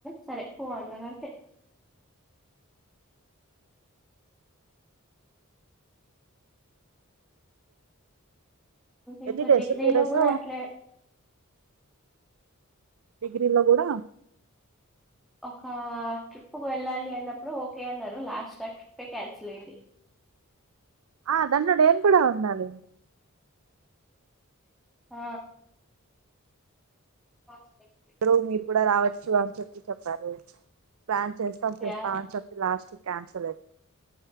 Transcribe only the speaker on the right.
ఎన్ని డేస్
టూ డేస్
డిగ్రీలో కూడా
ఆ దాంట్లో డ్రోన్ కూడా ఉండాలి
ఇద్దరు మీరు కూడా రావచ్చు అని చెప్పి చెప్పారు ప్లాన్ చేస్తాం చేస్తామ
అని చెప్పి లాస్ట్ క్యాన్సిల్ అయింది